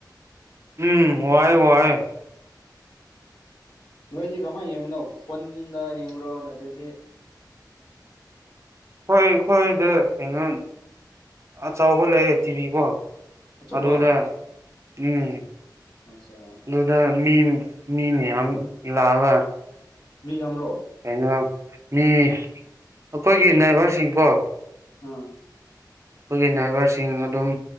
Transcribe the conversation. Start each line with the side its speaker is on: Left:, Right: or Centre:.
Right: ꯎꯝ ꯋꯥꯌꯦ ꯋꯥꯌꯦ
Left: ꯅꯣꯏꯗꯤ ꯀꯃꯥꯏꯅ ꯌꯦꯡꯃꯤꯅꯣ ꯐꯣꯟꯗ ꯌꯦꯡꯕꯔꯣ ꯅꯠꯇ꯭ꯔꯗꯤ
Right: ꯑꯩꯈꯣꯏ ꯑꯩꯈꯣꯏꯗ ꯀꯩꯅꯣ ꯑꯆꯧꯕ ꯂꯩꯌꯦ ꯇꯤꯚꯤ ꯀꯣ
Left: ꯑꯆꯧꯕ
Right: ꯑꯗꯨꯗ ꯎꯝ
Left: ꯑꯆꯥ
Right: ꯑꯗꯨꯗ ꯃꯤ ꯃꯤ ꯃꯌꯥꯝ ꯂꯥꯛꯑꯒ
Left: ꯃꯤ ꯌꯥꯝꯕ꯭ꯔ‌ꯣ
Right: ꯀꯩꯅꯣ ꯃꯤ ꯑꯩꯈꯣꯏꯒꯤ ꯅꯥꯒꯁꯤꯡꯀꯣ
Left: ꯑꯥ
Right: ꯑꯩꯈꯣꯏꯒꯤ ꯅꯥꯏꯕꯔꯁꯤꯡ ꯑꯗꯨꯝ